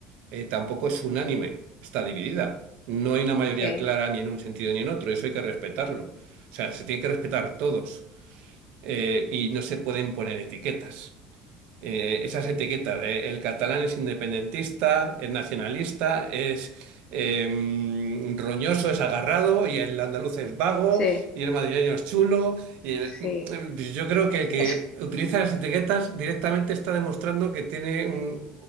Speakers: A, on the right; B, on the left.
A: eh, tampoco es unánime, está dividida. No hay una mayoría
B: Sí,
A: clara ni en un sentido ni en otro, eso hay que respetarlo. O sea, se tiene que respetar todos eh, y no se pueden poner etiquetas eh, esas etiquetas. de el catalán es independentista, es nacionalista, es eh, roñoso, es agarrado, y el andaluz es vago,
B: sí,
A: y el madrileño es chulo. Y el-
B: sí.
A: yo creo que el que
B: Es
A: utiliza las etiquetas directamente está demostrando que tiene un,